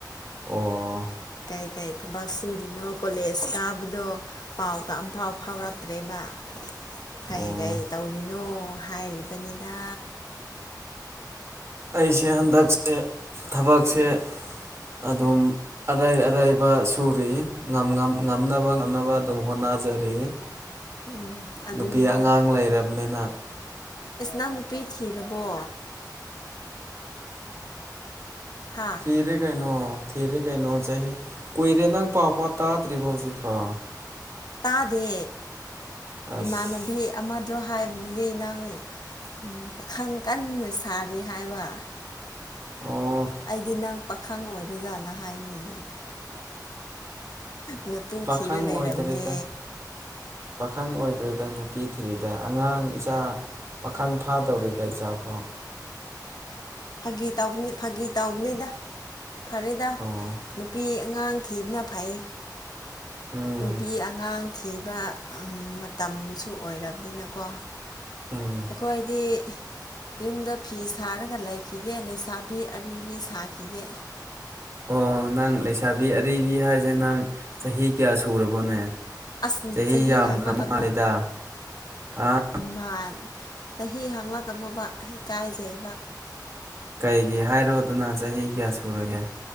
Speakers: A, on the right (about 40°); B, on the left (about 65°).
A: ꯑꯣ
B: ꯀꯩ ꯀꯩ ꯊꯕꯛ ꯁꯨꯔꯤꯅꯣ ꯀꯣꯂꯦꯖ ꯀꯥꯕꯗꯣ ꯄꯥꯎꯗ ꯑꯝꯐꯥꯎ ꯐꯥꯎꯔꯛꯇ꯭ꯔꯦꯕ ꯀꯩꯀꯩ
A: ꯑꯣ
B: ꯇꯧꯔꯤꯅꯣ ꯍꯥꯏꯔꯤꯕꯅꯤꯗ
A: ꯑꯩꯁꯦ ꯍꯟꯗꯛꯁꯦ ꯊꯕꯛꯁꯦ ꯑꯗꯨꯝ ꯑꯔꯩ ꯑꯔꯩꯕ ꯁꯨꯔꯤ ꯉꯝ ꯉꯝ ꯉꯝꯅꯕ ꯉꯝꯅꯕ ꯑꯗꯨꯝ ꯍꯣꯠꯅꯖꯔꯤ
B: ꯎꯝ ꯑꯗꯨꯅꯤꯅꯦ
A: ꯅꯨꯄꯤ ꯑꯉꯥꯡ ꯂꯩꯔꯕꯅꯤꯅ
B: ꯑꯁ ꯅꯪ ꯅꯨꯄꯤ ꯊꯤꯔꯕꯣ ꯍꯥ
A: ꯊꯤꯔꯦ ꯀꯩꯅꯣ ꯊꯤꯔꯦ ꯀꯩꯅꯣ ꯆꯍꯤ ꯀꯨꯏꯔꯦ ꯅꯪ ꯄꯥꯎ ꯄꯥ ꯇꯥꯗ꯭ꯔꯤꯕꯣ ꯍꯧꯖꯤꯛꯐꯥꯎ
B: ꯇꯥꯗꯦ
A: ꯑꯁ
B: ꯏꯃꯥꯟꯅꯕꯤ ꯑꯃꯗꯣ ꯍꯥꯏꯕꯗꯗꯤ ꯅꯪ ꯄꯥꯈꯪ ꯎꯝ ꯄꯥꯈꯪ ꯀꯟꯅ ꯁꯥꯔꯤ ꯍꯥꯏꯕ
A: ꯑꯣ
B: ꯑꯩꯗꯤ ꯅꯪ ꯄꯥꯈꯪ ꯑꯣꯏꯔꯖꯥꯠꯂ ꯍꯥꯏꯅꯤꯅꯦ ꯅꯇꯨ
A: ꯄꯥꯈꯪ
B: ꯊꯤꯔ ꯂꯩꯔꯝꯃꯦ
A: ꯑꯣꯏꯗ꯭ꯔꯦꯗ ꯄꯥꯈꯪ ꯑꯣꯏꯗ꯭ꯔꯦꯗ ꯅꯨꯄꯤ ꯊꯤꯔꯤꯗ ꯑꯉꯥꯡ ꯏꯆꯥ ꯄꯥꯈꯪ ꯐꯥꯗꯧꯔꯦꯗ ꯏꯆꯥ ꯐꯥꯎ
B: ꯐꯥꯒꯤ ꯇꯧꯕꯅꯦ ꯐꯥꯒꯤ ꯇꯧꯕꯅꯤꯗ ꯐꯔꯦꯗ
A: ꯑꯣ
B: ꯅꯨꯄꯤ ꯑꯉꯥꯡ ꯊꯤꯕꯅ ꯐꯩ
A: ꯎꯝ
B: ꯅꯨꯄꯤ ꯑꯉꯥꯡ ꯊꯤꯕ ꯑꯝ ꯃꯇꯝꯁꯨ ꯑꯣꯏꯔꯕꯅꯤꯅꯀꯣ
A: ꯎꯝ
B: ꯑꯩꯈꯣꯏꯗꯤ ꯌꯨꯝꯗ ꯐꯤ ꯁꯥꯔꯒ ꯂꯩ ꯈꯤꯒꯦ ꯂꯩꯁꯥꯕꯤ ꯑꯔꯤꯕꯤ ꯁꯥꯈꯤꯒꯦ
A: ꯑꯣ ꯅꯪ ꯂꯩꯁꯥꯕꯤ ꯑꯔꯤꯕꯤ ꯍꯥꯏꯁꯦ ꯅꯪ ꯆꯍꯤ ꯀꯌꯥ ꯁꯨꯔꯕꯣꯅꯦ
B: ꯑꯁ
A: ꯆꯍꯤ ꯌꯥꯝꯈ꯭ꯔ
B: ꯍꯥꯡꯂꯛꯀꯅꯨ
A: ꯃꯥꯜꯂꯦꯗ ꯍꯥ
B: ꯃꯥꯟ ꯆꯍꯤ ꯍꯪꯂꯛꯀꯅꯨꯕ ꯏꯀꯥꯏꯖꯩꯕ
A: ꯀꯩꯒꯤ ꯍꯥꯏꯔꯣꯗꯅ ꯆꯍꯤ ꯀꯌꯥ ꯁꯨꯔꯒꯦ